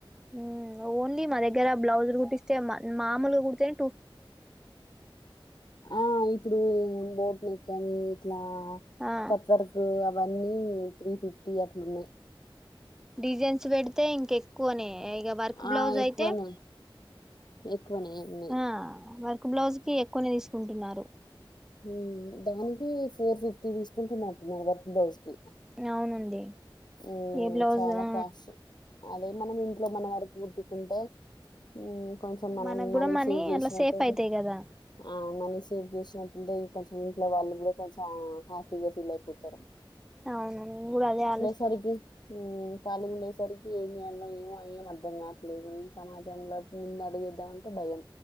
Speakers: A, in the centre; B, on the left (about 55°).
A: మ్ ఓన్లీ మ దగ్గర బ్లౌజు గుటిస్తే మామలు గుడ్తె
B: ఆ ఇప్పుడుూం నెకనీ ఇట్లా
A: ఆ
B: కట్వర్కు వన్నీ త్రీ ఫిఫ్టీ అట్లున్నయి
A: డిజైన్స్ వెడితే ఇంకెక్కువని ఇక వర్క్
B: ఆ
A: బ్లౌజ్
B: ఎక్కువనే
A: అయితే
B: ఎక్కువనే ఉన్నాయి
A: ఆ వర్క్ బ్లౌజ్ కి ఎక్కువనే తీసుకుంటున్నారు
B: ఉం దానికి ఫోర్ ఫిఫ్టీ తీసుకుంటున్నట్టున్నారు వర్క్ బ్లౌజ్ కి
A: అవునండి
B: ఉం
A: ఏ బ్లౌజ్
B: చాలా
A: ఆ
B: కాస్ట్ అదే మనం ఇంట్లో మన వరకు ముట్టుకుంటే ఉమ్ కొంచెం మనం
A: మనకు కూడా
B: మనీ సేవ్ చేసినటయితే
A: అట్లా సేఫ్ అయితాయి కదా
B: ఆ మనీ సేవ్ చేసిన అంటే కొంచెం ఇంట్లో వాళ్ళు కూడా కొంచెం హ్యాపీగా ఫీల్ అయిపోతారు
A: అవును నేన్ గూడ అదే ఆలోచి
B: సరికి మ్ ఖాళీ ఉండేసరికి ఏం చేయాలి లి ఏమో ఏం అర్థం కావట్లేదు ఈ సమాజంలోకి ముందు అడుగేద్దామంటే భయం